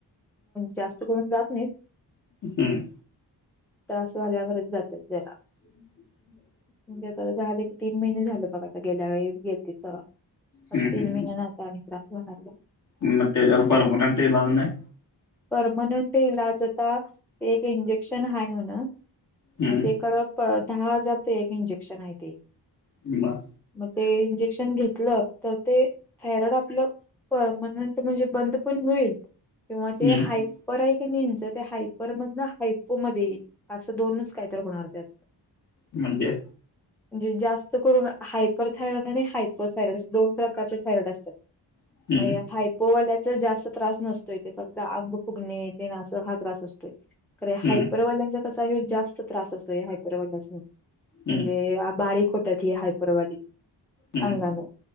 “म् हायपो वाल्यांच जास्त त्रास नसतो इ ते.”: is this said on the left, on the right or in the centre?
Centre